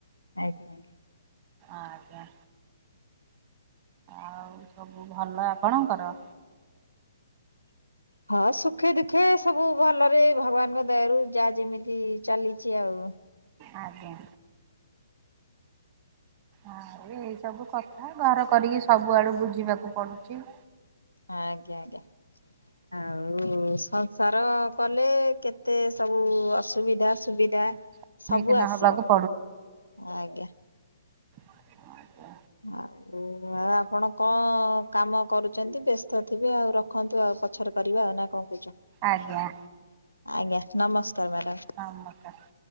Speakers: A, on the left; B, on the right.
A: ଆଜ୍ଞା।
B: ଆଜ୍ଞା। ଆଉ ସବୁ ଭଲ ଆପଣଙ୍କର?
A: ହଁ ସୁଖେ ଦୁଃଖେ ସବୁ ଭଲରେ ଭଗବାନଙ୍କ ଦୟା ରୁ ଯା ଯେମିତି ଚାଲିଚି ଆଉ।
B: ଆଜ୍ଞା। ଆଉ ଏଇ ସବୁ କଥା ଘର କରିକି ସବୁଆଡୁ ବୁଝିବାକୁ ପଡୁଚି।
A: ଆଜ୍ଞା ଆଜ୍ଞା। ଆଉ ସଂସାର କଲେ କେତେ ସବୁ ଅସୁବିଧା ସୁବିଧା
B: ସମ୍ମୁଖୀନ
A: ସବୁ ଆସିବ।
B: ହବାକୁ
A: ଆଜ୍ଞା।
B: ଆଜ୍ଞା।
A: ଆଉ ଆପଣ କଣ କାମ କରୁଛନ୍ତି ବ୍ୟସ୍ତ ଥିବେ ଆଉ ରଖନ୍ତୁ ଆଉ। ପ ପଛରେ କରିବା ଆଉ ନା କଣ କହୁଚ?
B: ଆଜ୍ଞା।
A: ଆଜ୍ଞା ନମସ୍କାର ମ୍ୟାଡ଼ାମ।
B: ନମସ୍କାର।